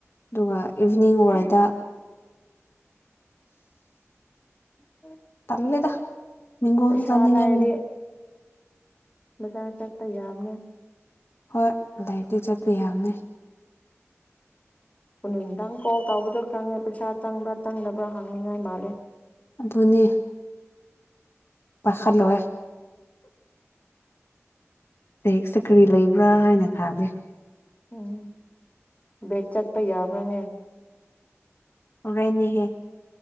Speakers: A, on the left (about 55°); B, on the left (about 30°).
A: ꯑꯗꯨꯒ ꯏꯚꯤꯅꯤꯡ ꯋꯥꯔꯗ
B: ꯎꯝ
A: ꯇꯂꯦꯗ ꯃꯤꯀꯣꯁꯨ
B: ꯄꯩꯁꯥ
A: ꯆꯅꯤꯡ
B: ꯂꯥꯏꯔꯗꯤ ꯕꯖꯥꯔ ꯆꯠꯄ ꯌꯥꯝꯅꯦꯦ
A: ꯍꯣꯏ ꯂꯥꯏꯔꯤꯛꯇꯤ ꯆꯠꯄ ꯌꯥꯅꯤ
B: ꯄꯨ ꯇꯥꯡꯪ ꯀꯣꯜ ꯇꯥꯕꯗꯣ ꯆꯪꯉꯦ ꯄꯩꯁꯥ ꯆꯪꯕ꯭ꯔꯥ ꯆꯪꯗꯕ꯭ꯔꯥ ꯍꯥꯡꯅꯤꯡꯉꯥꯏ ꯃꯥꯜꯂꯦ
A: ꯑꯗꯨꯅꯦ ꯄꯥꯈꯠꯂꯣꯏ ꯂꯥꯏꯔꯤꯛꯁꯦ ꯀꯔꯤ ꯂꯩꯕ꯭ꯔꯥ ꯍꯥꯏꯅ ꯊꯥꯒꯦ
B: ꯎꯝ ꯕꯦꯛ ꯆꯠꯄ ꯌꯥꯕ꯭ꯔꯅꯦ
A: ꯔꯅꯦ ꯍ